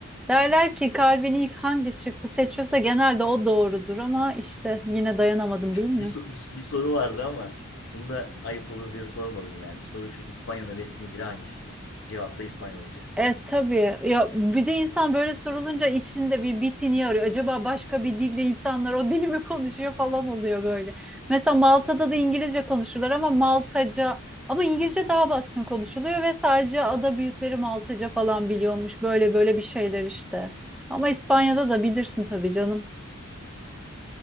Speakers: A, in the centre; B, on the left.
A: Derler ki kalbini ilk hangi şıkkı seçiyorsa genelde o doğrudur ama işte yine dayanamadım değil mi?
B: Bir, so- bir, bir soru vardı ama bunu da ayıp olur diye sormadım yani. Soru şu İspanya'nın resmi dili hangisidir? Cevap da İspanyolca.
A: E tabii ya bir de insan böyle sorulunca içinde bir bitini arıyor. Acaba başka bir dilde insanlar o dili mi konuşuyor falan oluyor böyle. Mesela Malta'da da İngilizce konuşurlar ama Maltaca ama İngilizce daha baskın konuşuluyor ve sadece ada büyükleri Maltaca falan biliyormuş. Böyle böyle bir şeyler işte. Ama İspanya'da da bilirsin tabii canım.